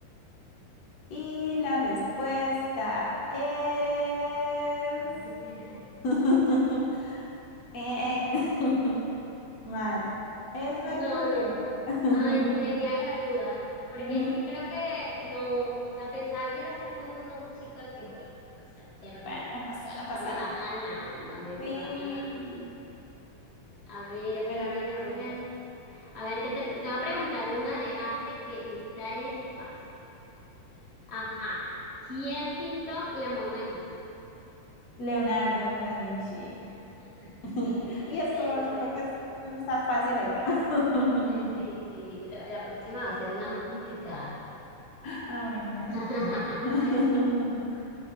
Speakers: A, on the left; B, on the left.
A: Y la respuesta es...
B: <laughs>
A: <laughs> Eh, <laughs> Mal. Es Mercurio.
B: No, no, pues,
A: <laughs>
B: ay, tenía la duda, porque
A: Ujú.
B: es que creo que no, o sea, pensaba que era Saturno, chica, que huele, o sea, perdí,
A: Bueno, no pasa, no
B: o
A: pasa
B: sea, me vas
A: nada.
B: ganando, me, me
A: Uy.
B: vas ganando. A ver, a
A: Bueno,
B: ver,
A: a
B: a ver,
A: ver tú.
B: a ver, a ver, que te, pre- te voy a preguntar una de arte que esta es fácil. Ajá. ¿Quién pintó la Mona Lisa?
A: Leonardo da Vinci.
B: <laughs>
A: <laughs>
B: Sí,
A: Y esto
B: se-
A: es,
B: se-
A: está fácil eso. <laughs>
B: eh, sí, sí, la la próxima va a ser una más complicada.
A: Ah, bueno.
B: <laughs>
A: <laughs>